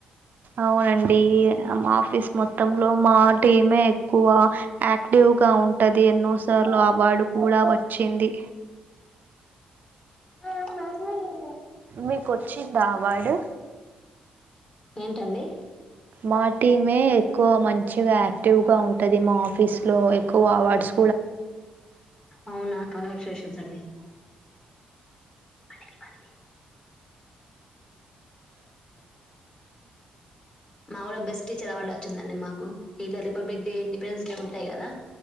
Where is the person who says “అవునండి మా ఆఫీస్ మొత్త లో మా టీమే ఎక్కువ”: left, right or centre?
Right